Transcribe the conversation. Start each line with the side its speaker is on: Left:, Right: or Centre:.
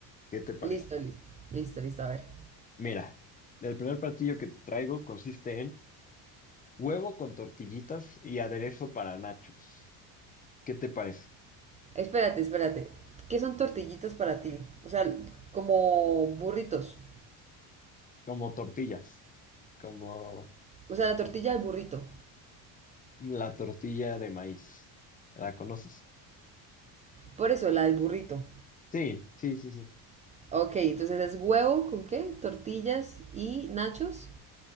Left: ¿Qué te parece?
Right: Listo, listo. Listo, listo. A ver.
Left: Mira, el primer platillo que te traigo consiste en huevo con tortillitas y aderezo para nachos. ¿Qué te parece?
Right: Espérate, espérate. ¿Qué son tortillitas para ti? O sea, como burritos.
Left: Como tortillas, como
Right: O sea, la
Left: tor-
Right: tortilla del burrito.
Left: la tortilla de maíz. ¿La conoces?
Right: Por eso, la del burrito.
Left: Sí, sí, sí, sí.
Right: Ok, entonces es huevo con qué? Tortillas y nachos.